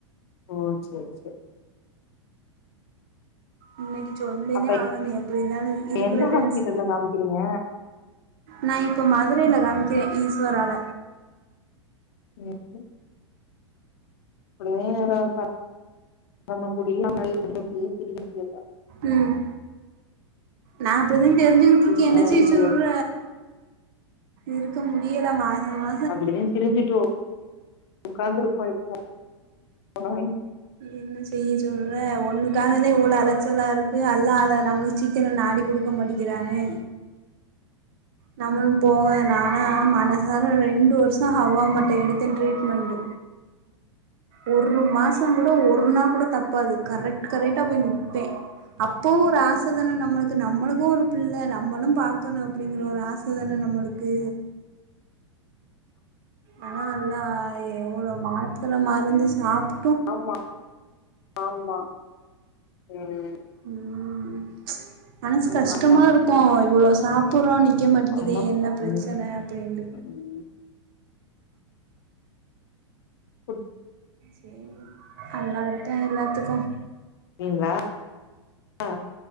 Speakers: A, on the left; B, on the right.
A: ஓ செர் செ
B: இன்னைக்கு சொல்லிதே
A: அப்ப
B: ஆகனும் எப்படிந்தானு இருக்கிற
A: எந்த
B: டென்ஸ்
A: ஹாஸ்பிட்டல்ல காமிக்கிறீங்க
B: நா இப்போ மதுரையில காவமிக்கிறே ஈஸ்வரால
A: <inaudible> அப்டியே வேற பா நம்ம குடிய நம்மளே <inaudible> தெரிய முடியத
B: ம் நா அப்டித்தான் கெஞ்சுகிட்டு இருக்கே
A: வீட்ல
B: என்ன செய்
A: இருக்க
B: சொல்ற
A: முடியாது
B: இருக்க முடியல மாசொ மா
A: அப்டிதனு திரிஞ்சுட்டு உக்காந்துருக்கோ இப்போ <inaudible>
B: என்ன செய்ய சொல்ற ஒண்ணுக்காக தே‌ இவ்ளோ அலச்சலா இருக்கு அல்லா அத நம்ம சீக்ரொ நாடி கொடுக்க மாட்டிக்கிறானே நம்மளும போக நானே மனசார ரெண்டு வருஷொ ஹவ்வா மாட்ட எடுத்தே ட்ரீட்மெண்ட் ஒரு மாசொ கூட ஒரு நா கூட தப்பாது கரெக்ட் கரெக்ட்டா போய் நிப்பே அப்பவு ஒரு ஆசதான நம்மளுக்கு நம்மளுக்கும் ஒரு பிள்ள நம்மளு பாக்கணு அப்டிங்கிற ஒரு ஆசதானக் நம்மளு க்கு ஆனா அல்லா எவ்ளோ மாத்தர மருந்து சாப்
A: ஆமா ஆமா ம்
B: ம் மனசு
A: ம்
B: கஷ்டமா
A: ஆமா
B: இருக்கும் இவ்வளோ சாப் புறோ நிக்க மாட்டிக்கிதே
A: ஆமா
B: என்ன பிரச்சன
A: ம்
B: அப்டின்ட்
A: ம் குட்
B: ஓகே அல்லாருக்கே எல்லாத்துக்கும்
A: நீங்களா ஆ